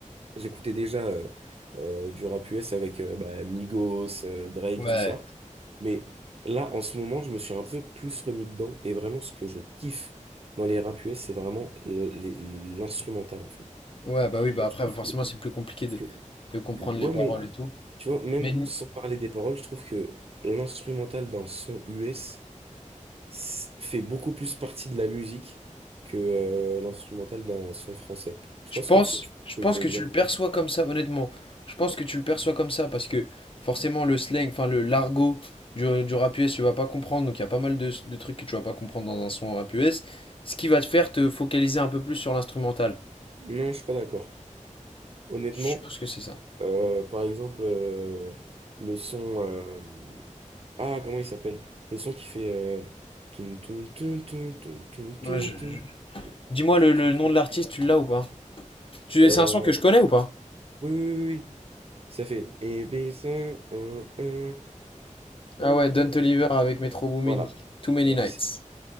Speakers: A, on the right (about 50°); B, on the left (about 45°).
A: j'écoutais déjà euh, euh, du rap US avec euh, bah, Migos, euh, Drake,
B: ouais.
A: tout ça. Mais là, en ce moment, je me suis un peu plus remis dedans, et vraiment, ce que je kiffe dans les rap US, c'est vraiment l- les- les- l'instrumental, en fait.
B: Ouais, bah
A: Surtout,
B: oui, bah après,
A: Je trouve
B: forcément,
A: que,
B: c'est plus compliqué
A: je trouve
B: de,
A: que
B: de comprendre
A: Ouais,
B: les paroles
A: mais
B: et tout.
A: tu vois, même
B: Mais,
A: sans parler des paroles, je trouve que l'instrumental d'un son US s- s- fait beaucoup plus partie de la musique que euh, l'instrumental d'un son français. Je
B: Je
A: pense
B: pense,
A: que si tu vois
B: je pense
A: ce que je veux
B: que
A: dire.
B: tu le perçois comme ça, honnêtement. Je pense que tu le perçois comme ça parce que forcément le slang, enfin le l'argot du, du rap US, tu vas pas comprendre. Donc il y a pas mal de, de trucs que tu vas pas comprendre dans un son rap US. Ce qui va te faire te focaliser un peu plus sur l'instrumental.
A: Non, je suis pas d'accord. Honnêtement,
B: Je pense que c'est ça.
A: euh, par exemple, euh, le son. euh, Ah, comment il s'appelle? Le son qui fait. euh, toun, toun, toun, toun, toun, toun, toun,
B: Ouais, je-
A: toun.
B: je- Dis-moi
A: Tu-
B: le,
A: tu-
B: le nom de l'artiste, tu l'as ou pas? Tu,
A: euh,
B: c'est un son que je connais ou pas?
A: Oui, oui, oui. oui. Ça fait et baissons, un, un,
B: Ah ouais, Don Toliver avec Metro Boomin,
A: Voilà,
B: Too Many
A: merci.
B: Nights.